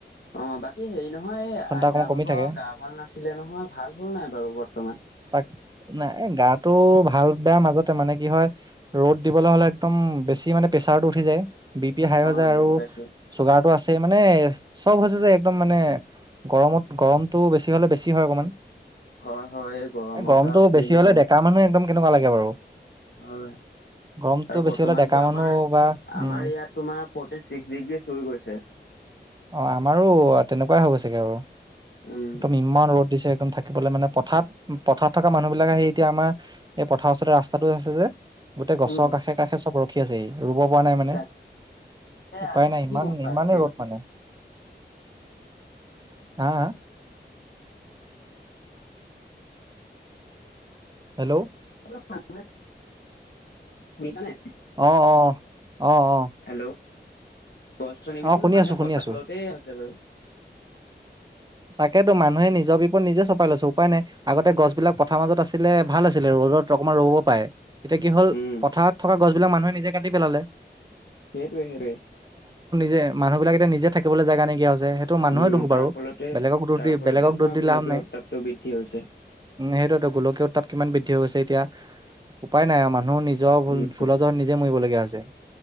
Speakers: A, on the left; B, on the right.
A: অ বাকী হেৰি নহয় এই আইতা
B: অকমান
A: ভাগৰ
B: কমি থাকে
A: গা ভাল নাছিলে নহয় ভাল হল নাই বাৰু বৰ্তমান
B: তাক নাই এ গাটো ভাল বেয়া মাজত ত মানে কি হয় ৰ'দ দিবলৈ হ'লে একদম বেছি মানে প্ৰেছাৰতটো উঠি যায়। বি পি হাই হৈ
A: অ
B: যায় আৰু
A: বুজি পাইছো
B: চুগাৰতটো আছে। মানে চব হৈছে যে একদম মানে গৰমত গৰমতটো বেছি হলে বেছি হয় অকমান।
A: হয় হয় এই গৰমত
B: গৰমতটো
A: আৰু কিনো
B: বেছি হলে
A: কম
B: ডেকা মানুহে একদম কেনেকুৱা লাগে বাৰু। <inaudible>
A: হয় আৰু
B: বেছি
A: বৰ্তমানতো
B: হলে ডেকা
A: আমাৰ
B: মানুহ বা উম
A: আমাৰ ইয়াত তোমাৰ ফৰ্টি ছিক্স ডিগ্ৰী চুই গৈছে।
B: অ আমাৰো তেনেকুৱাই হৈ গৈছেগে আৰু
A: উম
B: একদম ইমান ৰ'দ দিছে। একম থাকিবলৈ মানে পথাৰ পথাৰত থকা মানুহ বিলাকে আহি এতিয়া আমাৰ এই পথাৰৰওচৰতে ৰাস্ত ৰাস্তটো আছে যে গোটেই গছৰ
A: উম
B: কাষে কাষে চব ৰখি আছেহি। ৰুব পৰা নাই মানে
A: তাকে
B: উপায়
A: আৰু
B: নাই ইমান
A: কি কবা
B: ইমানেই
A: হেৰি
B: ৰ'দ মানে। হা হা? হেল্ল'।
A: <unintelligible> শুনিচা নে?
B: অ অ অ অ।
A: হেল্ল' গছ গছনিব
B: অ
A: বোলো
B: শুনি
A: মানুহে
B: আছো শুনি
A: কটা
B: আছো
A: ফলতেই হৈছে বাৰু।
B: তাকেতো মানুহে নিজৰ বিপদ নিজে চপাই লৈছো উপায় নাই। আগতে গছ বিলাক পথাৰ মাজত আছিলে ভাল আছিলে ৰ <unintelligible> অকণমান ৰব পাৰে এতিয়া কি হল
A: উম
B: পথাৰত থকা গছবিলাক মানুহে নিজে কাটি পেলালে।
A: সেইটোৱে সেইটোৱে।
B: যে মানুহ বিলাক এতিয়া নিজে থাকিবলৈ জেগা নাইকিয়া হৈছে সেইটো মানুহে
A: উম
B: দোষ
A: তাৰ
B: বাৰু
A: ফলতে
B: বেলেগক দোষ
A: তাৰ
B: দি
A: ফলতে
B: বেলেগক
A: তোমাৰ
B: দোষ দি
A: গোলকীয়
B: লাভ নাই
A: উত্তাপটো বৃদ্ধি হৈছে
B: সেইটোতো গোলকীয় তাপ কিমান বৃদ্ধি বৃদ্ধি হৈ গৈছে এতিয়া উপায় নাই আৰু মানুহৰ নিজৰ
A: উম
B: ভুল নিজৰ মৰিবলগীয়া হৈছে